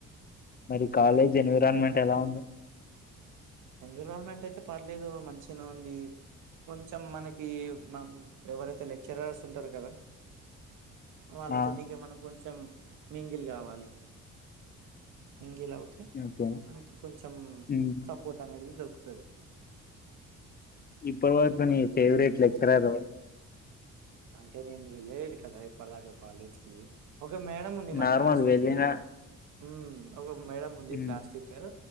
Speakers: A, on the left; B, on the right.
A: మరి కాలేజ్ ఎన్విరాన్మెంట్ ఎలా ఉంది
B: ఎన్విరాన్మెంట్ అయితే పర్లేదు మంచిగనె ఉంది కొంచెం మనకి మ ఎవరైతే లెక్చరర్స్ ఉంటారు కదా వాళ్ళతోటి
A: ఆ
B: ఇక మనం కొంచెం మింగిల్ కావాలి మింగిల్ అవుతే
A: ఓకే
B: మనకి కొంచం
A: ఉమ్
B: సపోర్ట్ అనేది దొరుకుతది
A: ఇప్పటి వరకు
B: అలా
A: నీ ఫేవరెట్ లెక్చరర్ ఎవరు
B: అంటే నేను వెల్లలేదు కదా ఇప్పటిదాకా కాలేజ్ కి ఒక మేడం ఉంది మా
A: నార్మల్
B: క్లాస్ టీచరే
A: వెళ్ళిన
B: ఊ ఒక మేడం ఉంది
A: ఉమ్
B: క్లాస్ టీచర్